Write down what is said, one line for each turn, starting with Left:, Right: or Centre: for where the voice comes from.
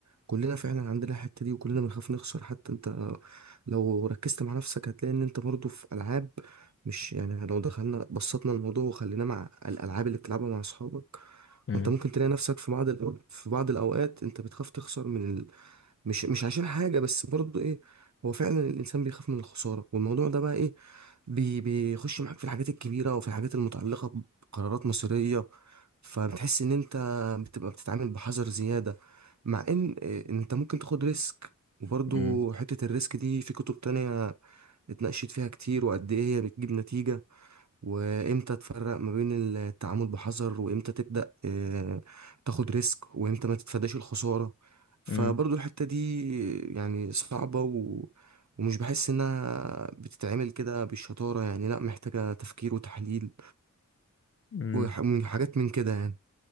Right: كلنا فعلا عندنا الحته دي وكلنا بنخاف نخسر حتى انت لو ركزت مع نفسك هتلاقي ان انت برضو في العاب مش يعني لو دخلنا بسطنا الموضوع وخليناه مع الالعاب اللي بتلعبها مع اصحابك
Left: امم
Right: انت ممكن تلاقي نفسك في بعض الأو... في بعض الاوقات انت بتخاف تخسر من مش مش عشان حاجة بس برضه ايه هو فعلا الانسان بيخاف من الخسارة والموضوع ده بقى ايه بي بيخش معاك في الحاجات الكبيرة وفي الحاجات المتعلقة بقرارات مصيرية فبتحس ان انت بتبقى بتتعامل بحذر زيادة مع ان إيه، انت ممكن تاخد ريسك وبرضه
Left: امم
Right: حتة الريسك دي في كتب تانية اتناقشت فيها كتير وقد ايه هي بتجيب نتيجة وامتى تفرق ما بين التعامل بحذر وامتى تبدأ آه، تاخد ريسك وامتى ما تتفاداش الخسارة فبرضو
Left: امم
Right: الحتة دي يعني صعبة و... ومش بحس انها بتتعمل كده بالشطارة يعني لا محتاجة تفكير وتحليل
Left: امم
Right: وحاجات من كده يعني